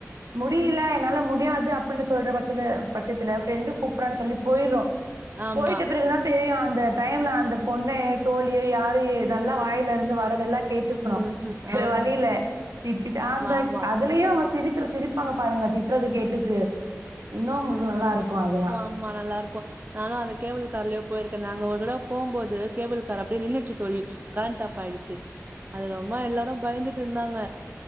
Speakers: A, on the right; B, on the right.
A: முடில என்னால முடியாது அப்டின்னு சொல்ற பட்சத்து பட்சத்துல ஃப்ரெண்டு கூப்பிடறான்னு சொல்லி போய்றோ
B: ஆமா
A: போயிட்டு பிறகுதா தெரியு அந்த டைம்ல அந்த பொண்ணு போலேயோ யாரு ஏ நல்லா வாயில இருந்து வரத எல்லா கேட்ருக்கனு
B: ம்
A: வேற
B: ஆமா
A: வழியில திட்டிட்டு அந்த
B: ஆமா
A: அதுலயே இதுக்கே அவ சிரிக்குற சிரிப்பாங்க பாருங்க திட்டுறது கேட்டுட்டு இன்னு அவுங்களுக்கு நல்லா இருக்கு அத எல்லா
B: சும்மா நல்லா இருக்கு ஆனா அந்த கேபிள் கார்லையு போயிருக்கே நாங்க ஒரு தட போம்போது கேபிள் கார்ரு அப்டியே நின்னுச்சு தோழி கரண்ட் ஆப் ஆயிடுச்சு அது ரொம்பே எல்லாரு பயந்துட்டு இருந்தாங்க